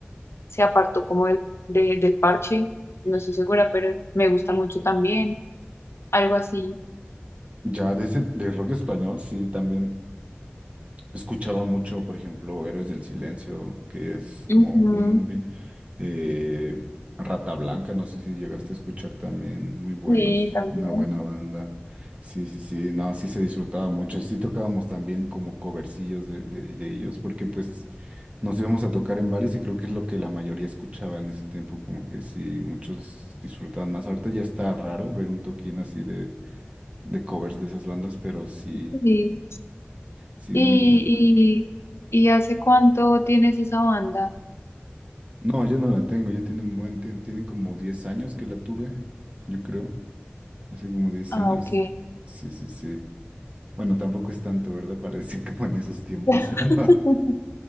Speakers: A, on the left; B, on the right.
A: se apartó como del, de- del parche,
B: sí,
A: no
B: sí,
A: estoy
B: sí.
A: segura, pero me gusta mucho también, algo así.
B: Ya de ese, de rock español, sí, también escuchaba mucho, por ejemplo, Héroes del Silencio, que es como
A: Ujú,
B: un Eh, Rata Blanca, no sé si llegaste a escuchar también, muy buenos,
A: Sí, también.
B: una buena banda. Sí, sí, sí, no, sí se disfrutaba mucho, sí tocábamos también como covercillos de, de, de ellos, porque pues nos íbamos a tocar en bares y creo que es lo que la mayoría escuchaba en ese tiempo, como que sí, muchos disfrutaban más. Ahorita ya está raro ver un toquín así de, de covers de esas bandas, pero sí,
A: Sí.
B: sí,
A: ¿Y,
B: muy bueno.
A: y, y hace cuánto tienes esa banda?
B: No, ya no la tengo, ya tiene un buen, tien- tienen como 10 años que la tuve, yo creo. Hace como diez
A: Ah,
B: años.
A: ok.
B: Sí, sí, sí. Bueno, tampoco es tanto, ¿verdad? Para <laughs> decir como en esos tiempos,
A: <laughs>
B: <laughs> pero,